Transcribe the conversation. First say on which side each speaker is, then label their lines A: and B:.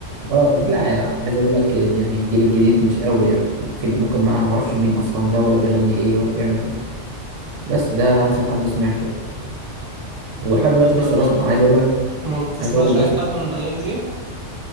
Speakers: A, on the right; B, on the right.
A: آه لا عايز أقول لك يعني الجيل الجديد مش قوي يعني فين ممكن ما أعرفش مين أصلا ده ولا بيغني إيه ولا بيعمل إيه بس ده آخر حد سمعته يعني ولحد
B: بس
A: دلوقتي
B: تفضل
A: لسه
B: ما
A: بسمع عايز أقول لك
B: ما بتسمعش
A: عايز أقول لك بس
B: اي حد من الايام دي